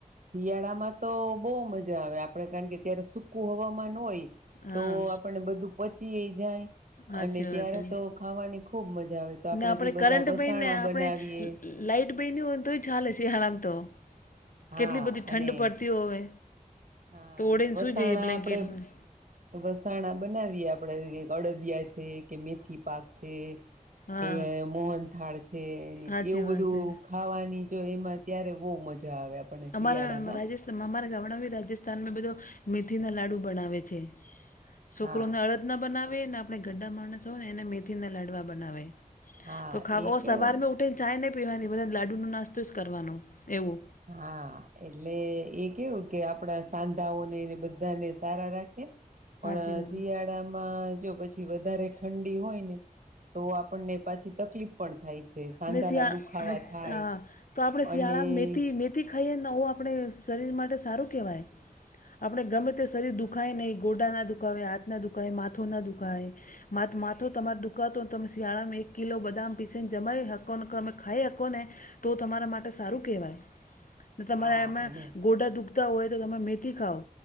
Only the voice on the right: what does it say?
શિયાળામાં તો બહુ મજા આવે આપડ કારણ કે અત્યારે સુૂકું હવામાન હોય.
તો આપણે બધું પચીયે જાય.
અને
ત્યારે
તો ખાવાની ખુબ મજા આવે તો આપડણે
જે બધા
વસાણા
બનાવીએ.
હા
અને
હા
અને
વસાણા
આપડે વસાણા બનાવીએ આપડ અડદિયા છે કે મેથી પાક છે.
કે મોહન થાળ છે
એવું
બધું
ખાવાની જો એમાં ત્યારે બહુ મજા આવે આપણને
શિયાળામાં
હા
હા
એ કેવું
હા એટલે એ કેવું કે આપડા સાંધાઓને બધાને સારા રાખે.
પણ
શિયાળામાં જો પછી વધારે ઠંડ. હોને તો આપણને પાછી તકલીફ પણ થાય છે. સાંધાના
દુખાવા થાય
અને
હા
અને